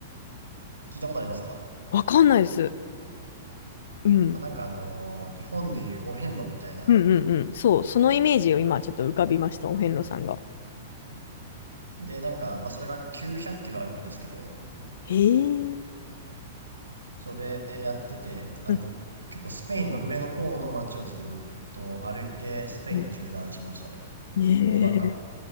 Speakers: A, on the right (about 80°); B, on the left (about 55°).
A: 聞いたことありますか
B: わかんないです。うん。
A: まあ、なんかあのー日本でいうお遍路みたいな。
B: うんうんうん。そう。そのイメージを今ちょっと浮かびました。お遍路さんが。
A: で、なんか、まあそれが900キロ歩くんですけど、
B: へえ。
A: それやってて、あの、
B: うん
A: 僕、結構スペインの上の方の街をずっと歩いて、スペイン縦断しましたね。
B: うん。ねえ。
A: 横断か。